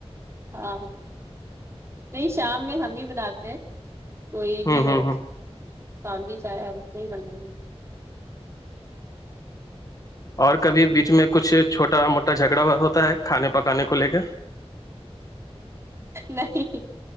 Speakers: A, on the right (about 25°); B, on the left (about 35°).
A: ہاں نہیں شام میں ہم ہی بتاتے ہیں کوئی بھی
B: ہ
A: ہو
B: ہ ہ
A: شام کی چائی ہم کو ہی بنانی ہے
B: اور کبھی بیچ میں کچھ چھوٹا موٹا جھگڑا ہوتا ہے کھانے پکانے کو لے کے
A: نہیں